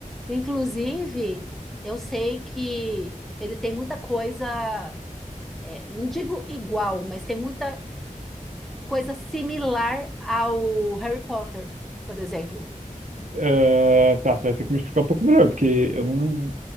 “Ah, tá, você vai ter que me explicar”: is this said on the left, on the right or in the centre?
Right